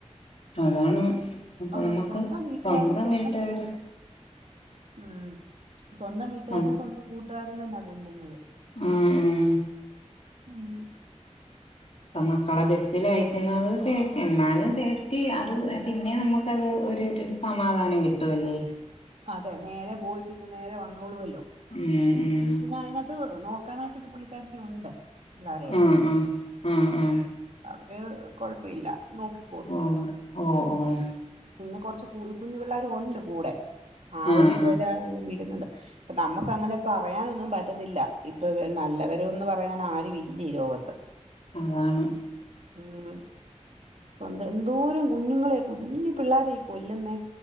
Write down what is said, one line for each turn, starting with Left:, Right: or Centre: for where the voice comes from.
Left: അതാണ് അപ്പൊ
Right: ആ
Left: നമ്മക്ക്
Right: സ്വന്തം വീട്ടുകാരും
Left: സ്വന്തം വീട്ട്കാർ.
Right: കൂ- ഉം സ്വന്തം വീട്ടുകാരും
Left: സ്വ
Right: സ്വന്തം കൂട്ടുകാരും തന്നാ കൊല്ലുന്നത്.
Left: മ് മ്.
Right: ആഹ്.
Left: പ്പം മക്കളെ ബെസ്. സ്സിലയക്കുന്നത് സേഫ്റ്റി എന്നാലും സേഫ്റ്റി അത് പിന്നെ നമുക്കത് ഒര് സമാധാനം കി ട്ടു അല്ലേ.
Right: അതെ നേരെ പോയിട്ട് ഇങ്ങ് നേരെ വന്നോളുവല്ലോ.
Left: ഉം ഉം.
Right: ഇപ്പ അയിനകത്ത് നോക്കാനായിട്ടൊരു പുള്ളിക്കാര്ത്തി ഉണ്ട് പിള്ളാരെ.
Left: ഉം ആ ആ ആ
Right: അവര് കൊഴപ്പ ഇല്ല നോക്ക്
Left: ഉം ഓഹ് ഓഹ്.
Right: പിന്നെ കൊറ്ച്ച് കു കുഞ്ഞു പിള്ളേരും ഒണ്ട് കൂടെ ആഹ്
Left: ആ
Right: ഒരു ഇതുമല
Left: ആ
Right: നമ്മള് വിടുന്നത്. നമ്മക്കങ്ങനെ പറയാനൊന്നും പറ്റത്തില്ല ഇപ്പൊ വ നല്ലവരുന്ന് പറയാൻ ആരുവില്ലി ഈ ലോകത്ത്.
Left: അതാണ്.
Right: ഉം. സ്വന്തം എന്തോരം കുഞ്ഞുങ്ങളെ കുഞ്ഞു പിള്ളാരെ ഈ കൊല്ലുന്നേ.